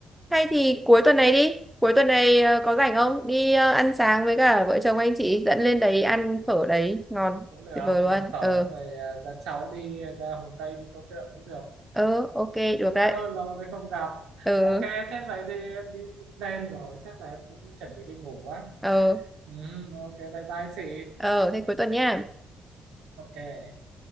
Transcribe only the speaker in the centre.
hay thì cuối tuần này đi cuối tuần này ờ, có rảnh không đi ờ, ăn sáng với cả vợ chồng anh chị dẫn lên đấy ăn phở đấy ngon
tuyệt vời luôn
ờ
ờ ok
được đấy
ờ
ờ
ờ thế cuối tuần nha